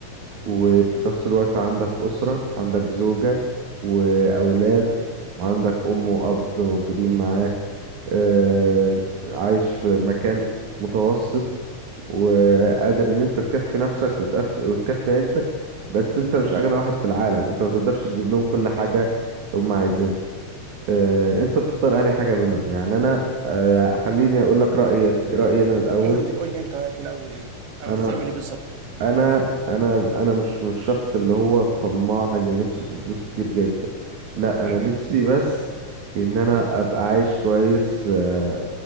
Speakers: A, on the right; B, on the right.
A: وفي نفس الوقت عندك أسرة عندك زوجة وأولاد وعندك أم وأب موجودين معاك آه، عايش في مكان متوسط وقادر إن أنت تكفي نفسك وتكفي, وتكفي عيلتك بس أنت مش أغنى واحد في العالم أنت متقدرش تجيب لهم كل حاجة هم عايزينها آه، أنت تختار أي حاجة منهم يعني أنا آه، خليني أقول لك رأيك رأيي أنا الأول
B: قول لي قول لي انت رايك الاول ايه او
A: أنا
B: انت تعمل ايه بالظبط
A: انا انا انا مش مش الشخص اللي هو الطماع اللي نفسه في فلوس كتير جدا لا انا
B: مم.
A: نفسي بس ان انا ابقى عايش كويس آه،